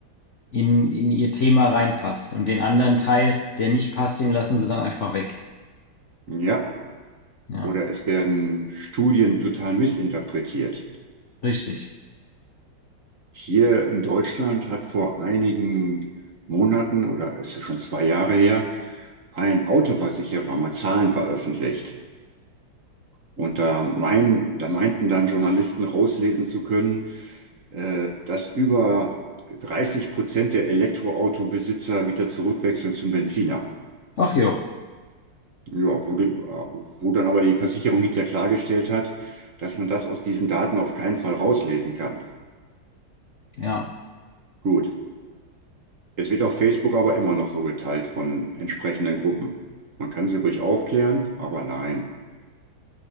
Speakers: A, on the left (about 55°); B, on the right (about 45°).
A: in, in ihr Thema reinpasst. Und den anderen Teil, der nicht passt, den lassen sie dann einfach weg.
B: Ja,
A: Ja,
B: oder es werden Studien total missinterpretiert.
A: richtig.
B: Hier in Deutschland hat vor einigen Monaten oder ist es schon zwei Jahre her, ein Autoversicherer mal Zahlen veröffentlicht. Und da, mein, da meinten dann Journalisten rauslesen zu können, äh, dass über 30 Prozent der Elektroautobesitzer wieder zurückwechseln zum Benziner.
A: Ach jo,
B: Ja, wo, die- wo dann aber die Versicherung hinterher klargestellt hat, dass man das aus diesen Daten auf keinen Fall rauslesen kann.
A: ja.
B: Gut, es wird auf Facebook aber immer noch so geteilt von entsprechenden Gruppen. Man kann sie ruhig aufklären, aber nein.